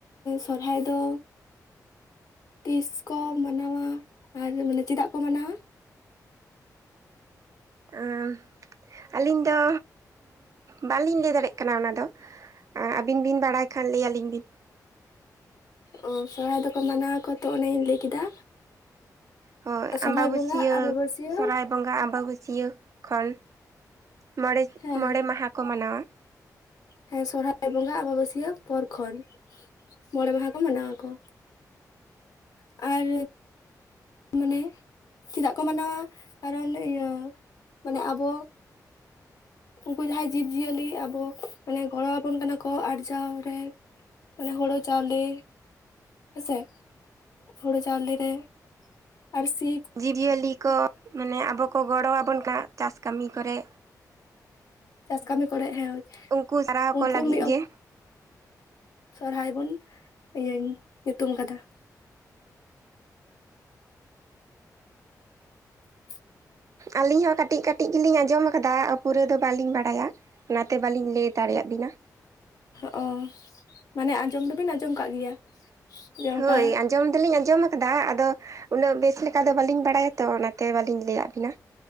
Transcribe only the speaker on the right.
ᱟᱢ ᱟᱹᱞᱤᱧ ᱫᱚ ᱵᱟᱹᱞᱤᱧ ᱞᱟᱹᱭ ᱫᱟᱲᱮᱜ ᱠᱟᱱᱟ ᱚᱱᱟ ᱫᱚ᱾ ᱟ ᱟᱹᱵᱤᱱ ᱵᱤᱱ ᱵᱟᱲᱟᱭ ᱠᱷᱟᱱ ᱞᱟᱹᱭ ᱟᱹᱞᱤᱧ ᱵᱤᱱ᱾
ᱦᱳᱭ
ᱟᱢᱵᱟᱵᱟᱹᱥᱭᱟᱹ
ᱥᱚᱨᱦᱟᱭ ᱵᱚᱸᱜᱟ ᱟᱵᱟᱵᱟᱹᱥᱭᱟᱹ ᱠᱷᱚᱱ ᱢᱚᱬᱮ
ᱢᱚᱬᱮ ᱢᱟᱦᱟ ᱠᱚ ᱢᱟᱱᱟᱣᱟ᱾
ᱡᱤᱵ ᱡᱤᱭᱟᱹᱞᱤ ᱠᱚ ᱢᱟᱱᱮ ᱟᱵᱚ ᱠᱚ ᱜᱚᱲᱚ ᱟᱵᱚᱱ ᱠᱟᱱᱟ ᱪᱟᱥ ᱠᱟᱹᱢᱤ ᱠᱚᱨᱮ,
ᱩᱝᱠᱩ ᱥᱟᱨᱦᱟᱣ
ᱠᱚ ᱞᱟᱹᱜᱤᱫ
ᱜᱮ
ᱟᱹᱞᱤᱧ ᱦᱚᱸ ᱠᱟᱹᱴᱤᱡ ᱠᱟᱹ ᱴᱤᱡ ᱜᱮᱞᱤᱧ ᱟᱸᱡᱚᱢ ᱠᱟᱫᱟ, ᱯᱩᱨᱟᱹ ᱫᱚ ᱵᱟᱹᱞᱤᱧ ᱵᱟᱲᱟᱭᱟ, ᱚᱱᱟ ᱛᱮ ᱵᱟᱹᱞᱤᱧ ᱞᱟᱹᱭ ᱫᱟᱲᱮᱭᱟᱜ ᱵᱤᱱᱟ᱾
ᱦᱳᱭ
ᱟᱸᱡᱚᱢ ᱫᱚᱞᱤᱧ ᱟᱸᱡᱚᱢ ᱫᱟ ᱟᱫᱚ ᱩᱱᱟᱹᱜ ᱵᱮᱥ ᱞᱮᱠᱟ ᱫᱚ ᱵᱟᱹᱞᱤᱧ ᱵᱟᱲᱟᱭᱟ ᱛᱚ ᱚᱱᱟᱛᱮ ᱵᱟᱹᱞᱤᱧ ᱞᱟᱹᱭᱟᱫ ᱵᱤᱱᱟ᱾